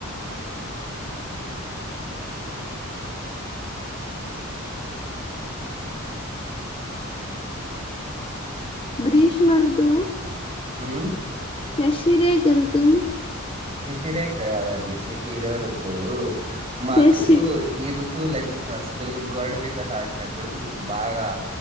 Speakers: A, on the left; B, on the right.
A: గ్రీష్మ రూతువు
B: హు మ్
A: శశిరేకరుతువు
B: శిశిరేక కదండీ శిశిర ఋతువు మాకు
A: శశి
B: ఈరు తువులన్నీ మా స్కూళ్ళో గోడ మీద రాసినప్పుడు మేము బాగా